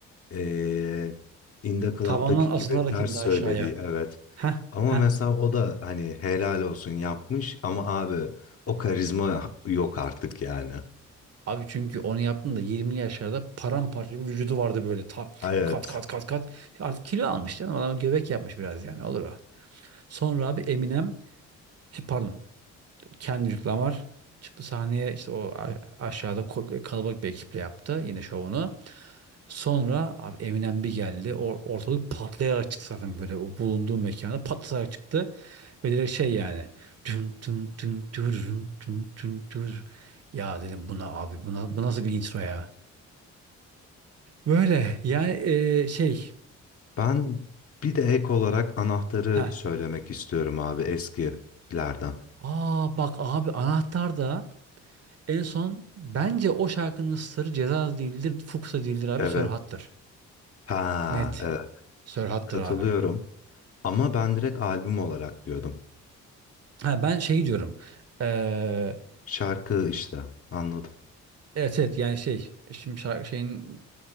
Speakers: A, on the left; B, on the right.
A: eee In The Club'daki
B: tavandan asılarak
A: gibi ters
B: indi
A: söylediği
B: aşağıya.
A: evet.
B: Heh
A: Ama
B: heh
A: mesela o da hani helal olsun yapmış ama abi o karizma yok artık yani.
B: Abi çünkü onu yaptığımda 20'li yaşlarda paramparça bir vücudu vardı böyle ta
A: Evet.
B: kat kat kat kat. Artık kilo almış canım adam göbek yapmış biraz yani olur o. Sonra abi Eminem e, pardon Kendrick Lamar çıktı sahneye işte o a- aşağıda ko- kalabalık bir ekiple yaptı yine şovunu. Sonra abi Eminem bir geldi or- ortalık patlayarak çıktı zaten böyle o bulunduğu mekana patlayarak çıktı. Ve direkt şey yani tüm tüm tüm tüm tüm tüm tüm. Ya dedim buna abi buna, bu nasıl bir intro ya? Böyle yani e, şey
A: Ben bir de ek olarak anahtarı
B: heh.
A: söylemek istiyorum abi eskilerden.
B: Aa bak abi anahtar da en son bence o şarkının sırrı Ceza değildir, Fuchsia değildir abi
A: Evet.
B: Sörhat'tır.
A: Ha,
B: Net.
A: evet.
B: Sörhat'tır
A: Katılıyorum.
B: abi.
A: Ama ben direkt albüm olarak diyordum.
B: Ha ben şey diyorum. Eee
A: Şarkı işte. Anladım.
B: evet evet yani şey şimdi şarkı şeyin